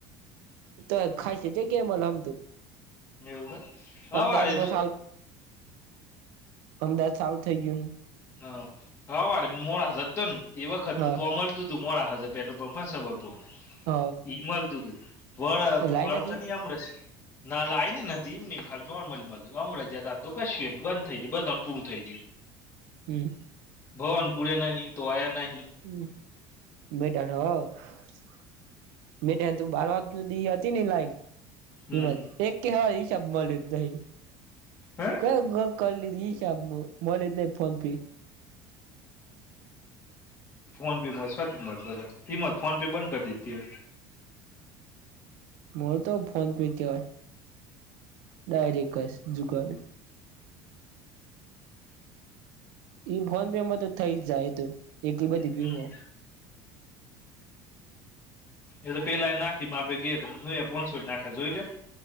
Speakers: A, on the right (about 70°); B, on the left (about 25°).
A: તો ખાય છે, કે કેમલ આમ તું,
B: એવું હવારે
A: અમદાવાદમાં
B: તો
A: સા અમદાવાદ ચાલું થઈ ગયું ને,
B: હ હા વારે મોડા સતતો ને એ વખત
A: ને
B: તો, મળતું તું. મરા હા જે પ બેટ પ્ર પરફરન્ છે, બોલપર
A: હ હ
B: એઈમાલતું તું વળ
A: લાઈન
B: વાળતા
A: હતી
B: નહ આમરેસ ના લ આવી ને નથી એમમ ખાલી નોર્મલ મળ હમણાં જ આમ તો કશુંને બંધ થઈ ગયું બધા પૂરું થઈ ગયું
A: હમ
B: ભવન પુડે નહી તો આયા ન
A: હ મેઢક <inaudible> મેઢક ત બાર વાગ્ય દી હતી, ને લાઈન
B: હમ
A: હમજ એક કે હાઈ છબબલુધહી
B: હે
A: ક કર લીધી <unintelligible> મોલ જ ન ફોન પે
B: ફોન પેમાંથી મળી બધા કિંમત ફોન પે બંધ કરી દીતી એમ
A: માર તો ફોન પે કેવાય ડાયરેકસ જગાડ એ ભોન બેેમાં તો થઈ, જ જાય તો એટલી બધી ભીમો
B: હમ એ તો પેલા નાખી, માપે કે પોસો નાખે જોઈ લે